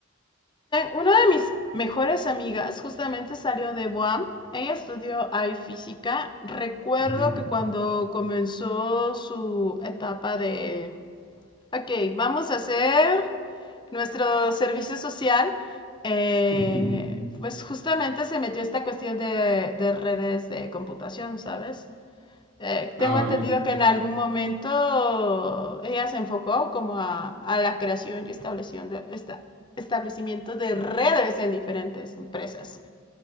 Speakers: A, on the left; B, on the right.
A: Una de mis mejores amigas justamente salió de Guam. Ella estudió ahí física. Recuerdo
B: Ujú,
A: que cuando comenzó su etapa de, ok, vamos a hacer nuestro servicio social, eh,
B: <laughs> ujú.
A: pues justamente se metió esta cuestión de, de redes de computación, ¿sabes? Eh,
B: Ah,
A: tengo
B: ok.
A: entendido que en algún momento ella se enfocó como a, a la creación y establecimiento de, esta, establecimiento de redes en diferentes empresas.